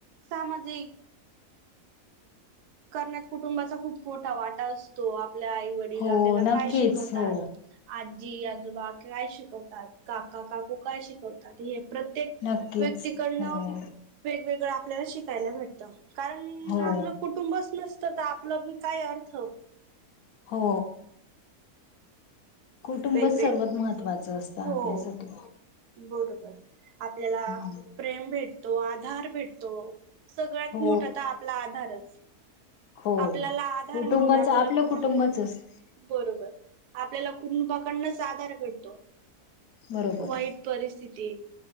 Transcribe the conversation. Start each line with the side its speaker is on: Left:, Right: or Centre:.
Right: सामाजिक करण्यात कुटुंबाचा खूप मोठा वाटा असतो. आप आपल्या आई वडील
Left: हो
Right: आपल्याला
Left: नक्कीच
Right: काय शिकवतात?
Left: हो
Right: आ जी आजोबा काय शिकवतात? काका काक कू काय शिकवतात हे प्रत्येक
Left: नक्कीच
Right: व्यक्तीकडनं
Left: हो
Right: वेगवेग गळं आपल्याला शिकायला भेटतं. कारण
Left: हो
Right: म आपलं कुटुंबच नसतं तर आपलं बी काय अर्थ
Left: हो.. कुटुंबच
Right: वेगवेग
Left: सर्वात महत्त्वाचं असतं
Right: हो
Left: आपल्यासाठी.
Right: बरोबर. आपल्याला
Left: हम्म.
Right: प्रेम भेटतो, आधार भेटतो. सगळ्यात
Left: हो
Right: मोठा त आपला आधारच.
Left: हो
Right: आपल्याला आधार
Left: कुटुंबाच
Right: म्हणजे आपल्याला
Left: आपलं
Right: कुटुंब.
Left: कुटुंबच असत
Right: बरोबर. आपल्याला कुनबाकडनंच आधार भेटतो.
Left: बरोबर
Right: वाईट परिस थीती